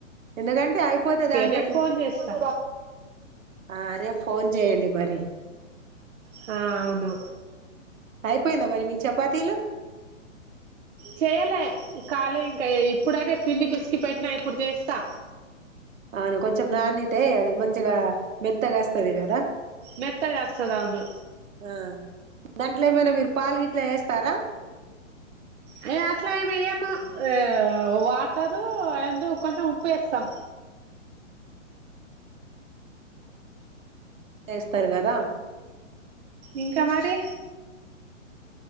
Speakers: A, on the right; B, on the right.
A: ఎందుకంటే అయ్పోతదా అన్నట్టు
B: రేపు ఫోన్ చేస్తా
A: అ అరే ఫోన్ జేయండి మరి.
B: హా ఔను
A: అయ్పోయిందా మరి మీ చపా పిలువ్
B: చేయలే ఖాళీ ఇంకా ఇప్పుడైతే పిండి పిసికి పెట్టినా ఇప్పుడు చేస్తా
A: అని కొంచెం నానితే అది మంచిగా మెత్తగా వస్తది కదా
B: మెత్తగాస్తది అవును
A: ఆ దాంట్లో ఏమైనా మీరు పాలు గిట్లా వేస్ తర
B: అయ్ అట్ల ఏమెయ్యము ఏ వాటరు అండ్ కొంచెమ్ ఉప్పేస్తాం.
A: జేస్తరు గదా
B: ఇంక మరి